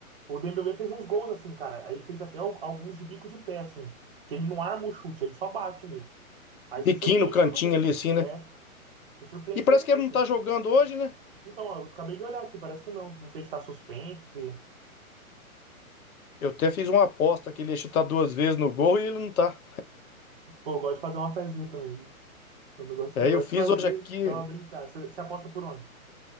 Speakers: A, on the right; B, on the left.
A: O Dembélé fez uns gols assim, cara. Ele fez até al- alguns de bico de pé assim, que ele não arma o chute, ele só bate mesmo. Aí
B: Biquinho
A: você surpreende
B: no cantinho
A: todo mundo.
B: ali, assim, né?
A: É, você surpreende
B: E parece
A: todo
B: que
A: mundo,
B: ele não
A: cara.
B: tá jogando hoje, né?
A: Então, eu acabei de olhar aqui, parece que não. Não sei se tá suspenso, se
B: Eu até fiz uma aposta que ele ia chutar duas vezes no gol e ele não tá.
A: Pô, eu gosto de fazer uma fezinha também. viu? É um negócio
B: Aí
A: que eu gosto
B: eu fiz
A: de fazer,
B: hoje aqui,
A: dar uma brincada. Você você aposta por onde?